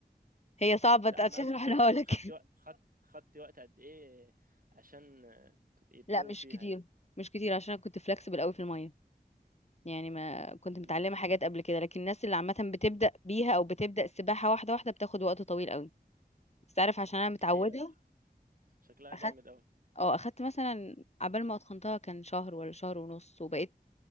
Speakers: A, on the left (about 40°); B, on the right (about 60°).
A: هي صعبة
B: لا
A: عشان
B: انا قصدي
A: احرقها
B: خدت
A: لك
B: خدت
A: <laughs>
B: وقت خدت خدت وقت قد ايه عشان تبقي برو
A: لا مش
B: فيها
A: كتير
B: يعني
A: مش كتير عشان انا كنت فلكسبل قوي في المية يعني ما كنت
B: مم.
A: متعلمة حاجات قبل كده لكن الناس اللي عامة بتبدأ بيها او بتبدأ السباحة واحدة واحدة بتاخد وقت طويل قوي بس تعرف عشان انا متعودة
B: لا، هي شكلها
A: اخدت
B: جامد قوي
A: اه اخدت مثلا عبال ما اتقنتها كان شهر ولا شهر ونص وبقيت